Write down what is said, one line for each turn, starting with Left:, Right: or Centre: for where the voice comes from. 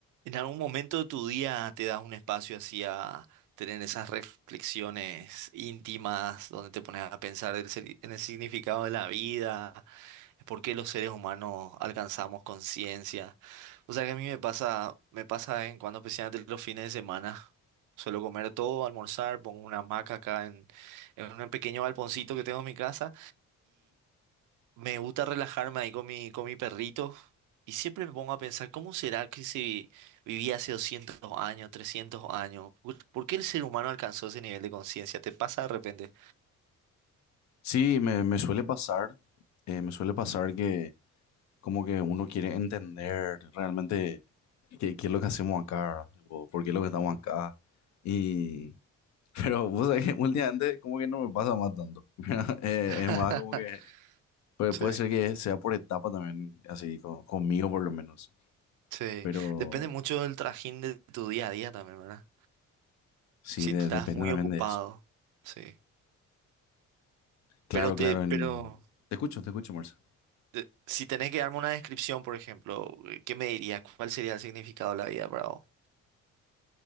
Right: ¿En algún momento de tu día te das un espacio así a tener esas reflexiones íntimas donde te pones a pensar el seri- en el significado de la vida, por qué los seres humanos alcanzamos conciencia? O sea que a mí me pasa, me pasa de vez en cuando, especialmente los fines de semana. Suelo comer todo, almorzar, pongo una hamaca acá en, en un pequeño balponcito que tengo en mi casa me gusta relajarme ahí con mi, con mi perrito y siempre me pongo a pensar, ¿cómo será que si vivía hace 200 años, 300 años? ¿Por, por qué el ser humano alcanzó ese nivel de conciencia? ¿Te pasa de repente?
Left: Sí, me, me suele pasar, eh, me suele pasar que como que uno quiere entender realmente qué, qué es lo que hacemos acá, o por qué es lo que estamos
Right: Ujú.
Left: acá. Y, <laughs> pero vos sabés que últimamente como que no me pasa más tanto. <laughs> ¿Verdad? Eh,
Right: <laughs>
Left: es más como que pues
Right: Sí,
Left: puede ser que sea por etapa también, así con- conmigo por lo menos.
Right: sí.
Left: Pero
Right: Depende mucho del trajín de tu día a día también, ¿verdad?
Left: sí,
Right: Si
Left: de-
Right: estás
Left: depende
Right: muy
Left: también
Right: ocupado,
Left: de eso.
Right: sí.
Left: Claro,
Right: Pero te,
Left: claro, en...
Right: pero
Left: Te escucho, te escucho, Marcia.
Right: te- si tenés que darme una descripción, por ejemplo, ¿qué me dirías? ¿Cuál sería el significado de la vida para vos?